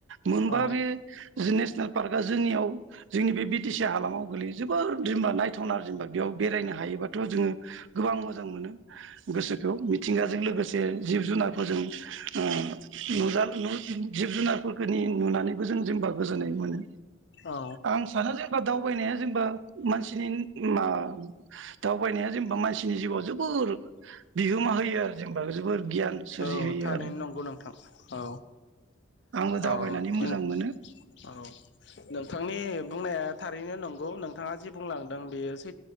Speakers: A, on the right; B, on the left.
A: मोनबा
B: औ
A: बे नेसनेल पार्कआ जोंनियाव जोंनि बे बि टि सि हालामाव गोलैयो जोबोद जेनबा नायथावना जेनबा बेयाव बेरायनो हायोबाथ' जोङो गोबां मोजां मोनो गोसोखौ मिथिंगाजों लोगोसे जिब जुनारफोरजों ओ नुजा नु जिब जुनारफोरखौनि नुनानैबो जों जेनबा गोजोननाय मोनो
B: औ
A: आं सानो जेनेबा दाउ दावबायनाया जेनेबा मानसिनि मा दावबायनाया जेनेबा मानसिनि जिउआव जोबोर बिहोमा होयो आरो जेनेबा जोबोर गियान सोरजिहोयो
B: औ थारैनो
A: आरो
B: नंगौ नोंथां औ
A: आंबो दावबायनानै
B: औ
A: मोजां
B: नों
A: मोनो
B: औ नों नोंथांनि बुंनाया थारैनो नंगौ नोंथाङा जि बुंलांदों बेयो सै